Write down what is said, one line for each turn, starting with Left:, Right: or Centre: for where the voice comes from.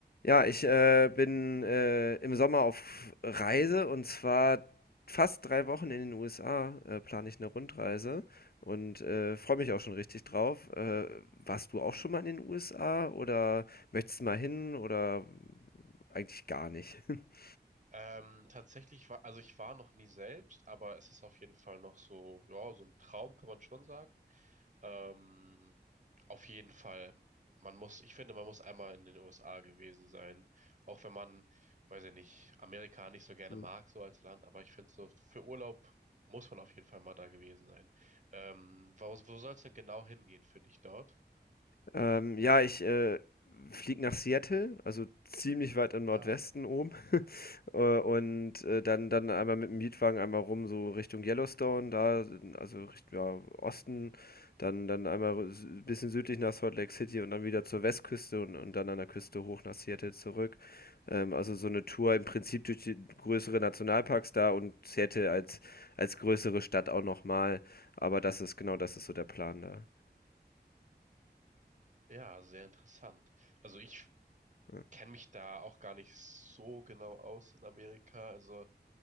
Left: Ja, ich, äh, bin, äh, im Sommer auf Reise und zwar fast 3 Wochen in den USA, äh, plane ich eine Rundreise und, äh, freue mich auch schon richtig drauf. Äh, warst du auch schon mal in den USA oder möchtest mal hin oder eigentlich gar nicht? <laughs>
Right: Ähm, tatsächlich war, also ich war noch nie selbst, aber es ist auf jeden Fall noch so, ja, so ein Traum kann man schon sagen. Ähm, auf jeden Fall, man muss, ich finde, man muss einmal in den USA gewesen sein. Auch wenn man, weiß ich nicht, Amerika nicht so gerne
Left: Mhm.
Right: mag, so als Land, aber ich finde so, für Urlaub muss man auf jeden Fall mal da gewesen sein. Ähm, wo, wo soll es denn genau hingehen für dich dort?
Left: Ähm, ja, ich, äh, fliege nach Seattle, also ziemlich weit im Nordwesten
Right: Ah,
Left: oben. <laughs> Äh, und, äh, dann dann einmal mit dem Mietwagen einmal rum, so Richtung Yellowstone, da also Richtung ja, Osten, dann dann einmal r s bisschen südlich nach Salt Lake City und dann wieder zur Westküste und und dann an der Küste hoch nach Seattle zurück. Ähm, also so eine Tour im Prinzip durch die größere Nationalparks da und Seattle als als größere Stadt auch noch mal. Aber das ist genau, das ist so der Plan da.
Right: ja, sehr interessant. Also ich
Left: Ja.
Right: kenne mich da auch gar nicht so genau aus in Amerika. Also